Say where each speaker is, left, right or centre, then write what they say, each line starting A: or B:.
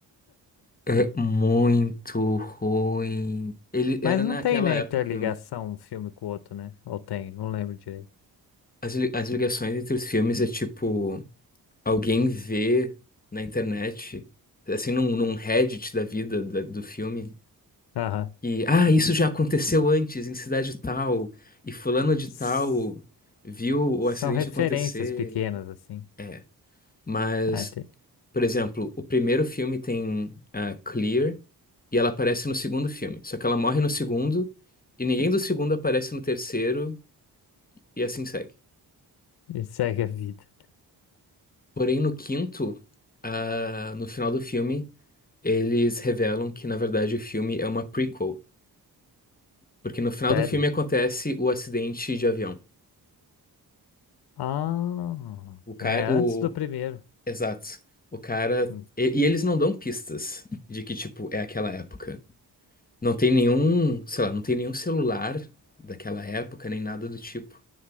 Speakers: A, on the left; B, on the left.
A: É muito ruim. Ele
B: Mas
A: era naquela
B: não tem, né,
A: época,
B: interligação um filme com o outro, né? Ou tem, não lembro direito.
A: as, li- as ligações entre os filmes é tipo, alguém vê na internet, assim, num, num Reddit da vida da- do filme,
B: Aham.
A: E, ah, isso já aconteceu antes, em cidade tal, e fulano de
B: S-
A: tal viu
B: São
A: o acidente
B: referências
A: acontecer.
B: pequenas, assim.
A: É, mas,
B: Ah, tem.
A: por exemplo, o primeiro filme tem a Clear e ela aparece no segundo filme, só que ela morre no segundo e ninguém do segundo aparece no terceiro e assim segue.
B: E segue a vida.
A: Porém, no quinto, ah, no final do filme, eles revelam que, na verdade, o filme é uma prequel, porque no final
B: Sério?
A: do filme acontece o acidente de avião.
B: Ah,
A: O cara,
B: é antes
A: o,
B: do primeiro.
A: Exato. O cara.
B: Hum,
A: E, e eles não dão pistas de que, tipo, é aquela época. Não tem nenhum, sei lá, não tem nenhum celular daquela época, nem nada do tipo.